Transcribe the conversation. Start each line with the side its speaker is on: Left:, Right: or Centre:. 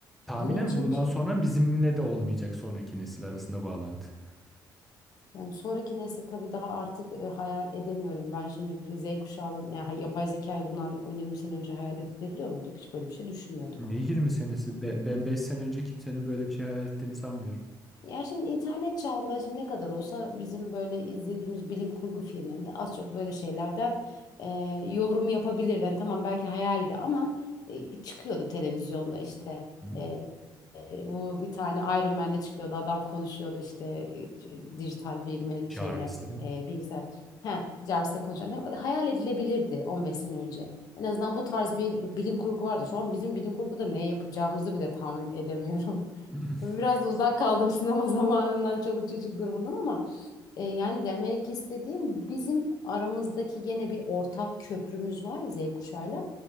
Centre: Tahminen
Left: Bunun için
Centre: bundan
Left: bir
Centre: sonra bizimle de olmayacak sonraki nesil arasında bağlantı.
Left: Yani sonraki nesli tabii daha artık e, hayal edemiyorum. Ben şimdi Z kuşağının yani yapay zekayı bundan 20 sene önce hayal edebiliyor muyduk? Hiç böyle bir şey düşünmüyorduk.
Centre: Ne 20 senesi? Ben, ben 5 sene önce kimsenin böyle bir şey hayal ettiğini sanmıyorum.
Left: Ya şimdi internet çağında şimdi ne kadar olsa bizim böyle izlediğimiz bilim kurgu filmlerinde az çok böyle şeylerden e, yorum yapabilirdi. Yani tamam belki hayaldi ama e, çıkıyordu televizyonda işte.
Centre: Hı?
Left: E, e, bu bir tane Iron Man'de çıkıyordu adam konuşuyordu işte e, dijital bir me-
Centre: Jarvis'le.
Left: şeyle e, bilgisayar. Ha, Jarvis'le konuşan hayal edilebilirdi 15 sene önce. En azından bu tarz bir bilim kurgu vardı. Şu an bizim bilim kurguda ne yapacağımızı bile tahmin edemiyorum.
Centre: <laughs>
Left: <laughs> Tabii biraz da uzak kaldım <laughs> sinema zamanından çoluk çocuk durumundan ama e, yani demek istediğim bizim aramızdaki gene bir ortak köprümüz var Z kuşağıyla.